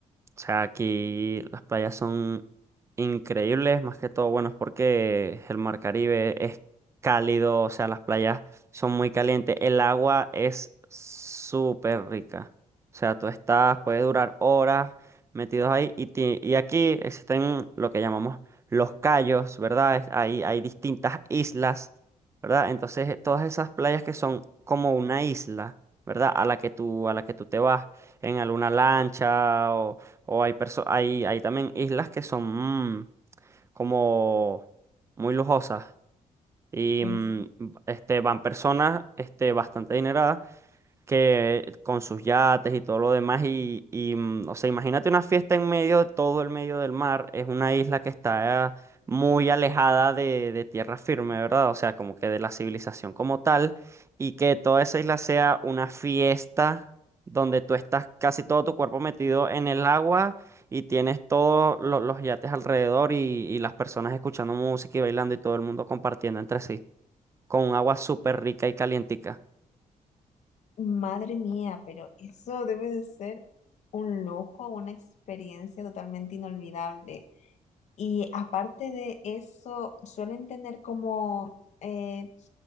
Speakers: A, on the right (about 20°); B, on the left (about 60°).
A: O sea, aquí las playas son increíbles, más que todo, bueno, es porque el mar Caribe es cálido, o sea, las playas son muy calientes, el agua es súper rica. O sea, tú estás, puedes durar horas metidos ahí y, ti- y aquí existen lo que llamamos los cayos, ¿verdad? Es- Hay, hay distintas islas, ¿verdad? Entonces, eh, todas esas playas que son como una isla, ¿verdad? A la que tú, a la que tú te vas en alguna lancha o hay, perso- hay, hay también islas que son mm, como muy lujosas y
B: Es,
A: mm, este, van personas este, bastante adineradas que con sus yates y todo lo demás y, y, mm, o sea, imagínate una fiesta en medio de todo el medio del mar, es una isla que está muy alejada de, de tierra firme, ¿verdad? O sea, como que de la civilización como tal y que toda esa isla sea una fiesta donde tú estás casi todo tu cuerpo metido en el agua y tienes todos lo- los yates alrededor y, y las personas escuchando música y bailando y todo el mundo compartiendo entre sí, con un agua súper rica y calientica.
B: madre mía, pero eso debe de ser un lujo, una experiencia totalmente inolvidable. Y aparte de eso, suelen tener como eh,